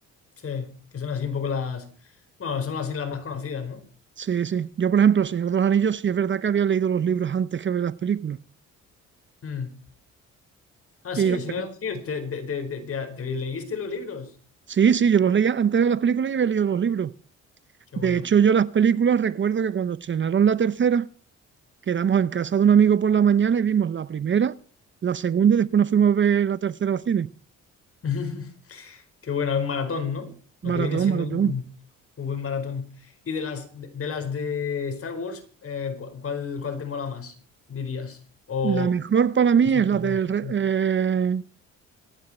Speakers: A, on the left; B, on the right.
A: Sí, que son así un poco las, bueno, son así las más conocidas, ¿no?
B: Sí, sí. Yo, por ejemplo, El Señor de los Anillos, sí es verdad que había leído los libros antes que ver las películas.
A: Mm. Ah,
B: Y
A: sí,
B: las
A: el Señor
B: peli-
A: de los Anillos, ¿te, te, te, te- te- te leíste los libros?
B: sí, sí, yo los leía antes de ver las películas y había leído los libros.
A: Qué
B: De
A: bueno.
B: hecho, yo las películas recuerdo que cuando estrenaron la tercera, Quedamos en casa de un amigo por la mañana y vimos la primera, la segunda y después nos fuimos a ver la tercera al cine.
A: <laughs> Qué bueno, es un maratón, ¿no? Lo
B: Maratón,
A: que viene siendo
B: maratón.
A: un, un buen maratón. Y de las de, de las de Star Wars, eh, cu- ¿cuál, cuál te mola más, dirías? O
B: La mejor para mí
A: es
B: es
A: un
B: la
A: poco...
B: del re-
A: Mm,
B: eh,